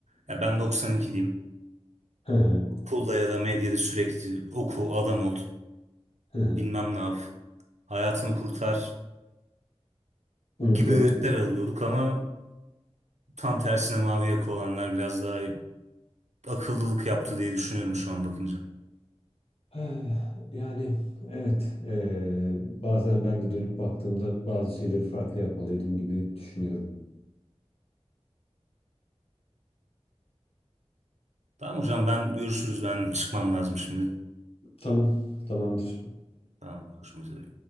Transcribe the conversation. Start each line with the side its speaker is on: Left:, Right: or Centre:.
Right: Ya ben 92'liyim.
Left: <laughs>
Right: Okulda ya da medyada sürekli oku, adam ol,
Left: <laughs>
Right: bilmem ne yap, hayatını kurtar
Left: Umutları
Right: gibi öğütler alıyorduk ama tam tersine mavi yaka olanlar biraz daha akıllılık yaptı diye düşünüyorum şu an bakınca.
Left: <sighs> Eh, Yani evet eee, bazen ben de dönüp baktığımda bazı şeyleri farklı yapmalıydım gibi düşünüyorum.
Right: Tamam hocam ben görüşürüz ben çıkmam lazım şimdi.
Left: Tamam tamamdır.
Right: Tamam görüşmek üzere.